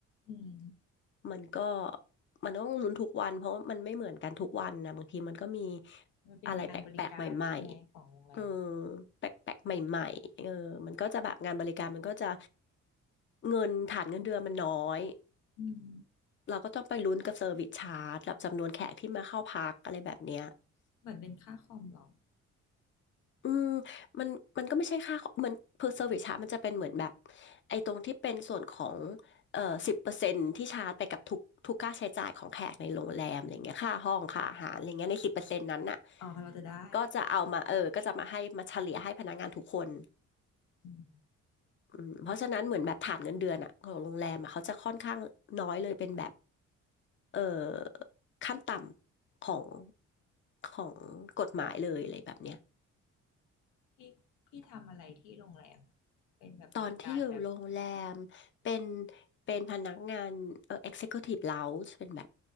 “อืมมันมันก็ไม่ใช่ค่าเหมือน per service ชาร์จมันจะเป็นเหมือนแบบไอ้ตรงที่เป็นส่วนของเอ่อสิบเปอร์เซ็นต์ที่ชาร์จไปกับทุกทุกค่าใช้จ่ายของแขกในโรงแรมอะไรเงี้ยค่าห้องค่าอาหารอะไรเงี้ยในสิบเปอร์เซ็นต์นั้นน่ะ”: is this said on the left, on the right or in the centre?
Left